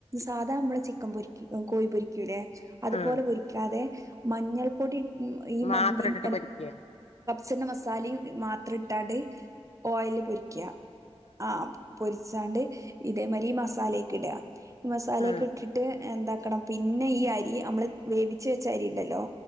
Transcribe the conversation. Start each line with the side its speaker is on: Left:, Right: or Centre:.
Right: സാധാ നമ്മെ ചിക്കൻ പൊരിക്ക കോയി പൊരിക്കൂല്ലേ അതുപോലെ
Left: ഉം.
Right: പൊരിക്കാതെ മഞ്ഞൾപ്പൊടി ഈ
Left: മാത്രം
Right: മന്തി
Left: ഇട്ടിട്ട്
Right: <inaudible>
Left: പൊരിക്കുക
Right: സൻ്റെ മസാല്യും മാത്രം ഇട്ടാണ്ട് ഓയിയില് പൊരിക്കുക ആ പൊരിച്ചാണ്ട് ഇതേമാരി ഈ മസാലയക്കെ ഇടുക ഈ മസാലയൊക്കെ
Left: ആ
Right: ഇട്ടിട്ട് എന്താക്കണം പിന്നെ ഈ അരി അമ്മള് വേവിച്ച വെച്ച അരി ഇണ്ടല്ലോ